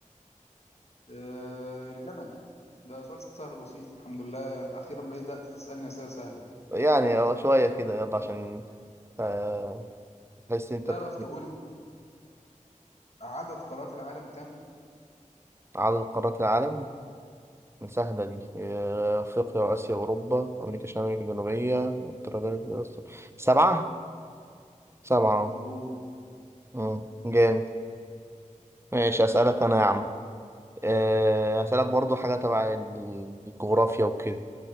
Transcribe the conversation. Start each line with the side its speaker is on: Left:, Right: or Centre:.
Left: آه الجمل ده سؤال سهل بسيط الحمد لله أخيرا بدأت تسألني أسئلة سهلة
Right: يعني هو شويه كده يلا عشان آه، تحس إن انت
Left: تعرف
Right: بت-
Left: تقول عدد قارات العالم كم؟
Right: عدد قارات العالم مساحة دي آه، أفريقيا وآسيا وأوروبا أمريكا الشمالية أمريكا الجنوبية أستراليا أستر- سبعة سبعة
Left: مظبوط
Right: مم. جامد ماشي أسألك أنا يا عم آه، أسألك برضو حاجة تبع الجغرافيا وكده